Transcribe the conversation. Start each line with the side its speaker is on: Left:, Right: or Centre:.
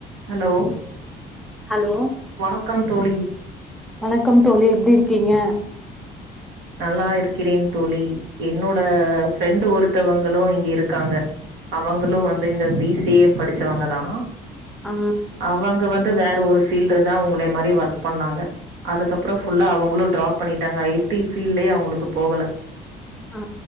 Right: Hello
Centre: hello
Right: வணக்கம் தோழி
Centre: வணக்கம் தோழி எப்டி இருக்கீங்க
Right: நல்லா இருக்கிறேன் தோழி என்னோட ஃப்ரெண்டு ஒரு த்தவங்களு இங்க இருக்காங்க அவங்களு வந்து இந்த பி சேம் படிச்சவங்க தா
Centre: ஆ
Right: அவங்க வந் ட்டு வேற ஒரு ஃபீல்டு தா உங்களே மாரி ஒர்க் பண்ணாங்க அதுக்கப்புறோ ஃபுள்ளா அவங்களு ட்ராப் பண்ணிட்டாங்க ஃபீல்லயே அவங்களுக்கு போகல
Centre: ஆ